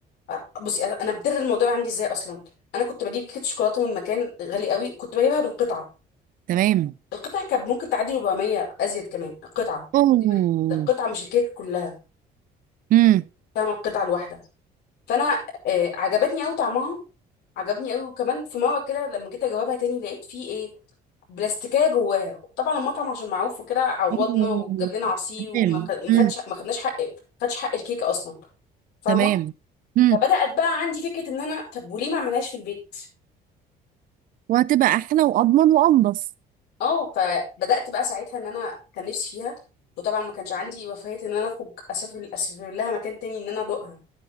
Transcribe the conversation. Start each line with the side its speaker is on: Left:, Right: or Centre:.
Left: أ- بصي انا أنا بدر الموضوع عندي ازاي اصلا انا كنت بجيب كيكه شوكولاته من مكان غالي قوي كنت بجيبها بالقطعه
Right: تمام
Left: القطعه كانت ممكن تعدي 400 ازيد كمان القطعه
Right: اوه
Left: خدي بالك ده القطعه مش الكيكه كلها
Right: امم
Left: فاهمه القطعه الواحده فانا آه، عجبتني قوي طعمها عجبني قوي وكمان في مره كده لما جيت اجاوبها تاني لقيت فيه ايه بلاستيكيه جواها طبعا المطعم عشان معروف وكده عوضنا
Right: اوه
Left: وجاب لنا عصير
Right: تمام
Left: وما خ- ما
Right: امم
Left: خدش ما خدناش حق ما خدش حق الكيكه اصلا فاهمه
Right: تمام امم
Left: فبدات بقى عندي فكره ان انا طب وليه ما اعملهاش في البيت
Right: وهتبقى احلى واضمن وانضف
Left: اه فبدات بقى ساعتها ان انا كان نفسي فيها وطبعا ما كانش عندي رفاهيه ان انا اخرج اسافر اسافر لها مكان تاني ان انا ادوقها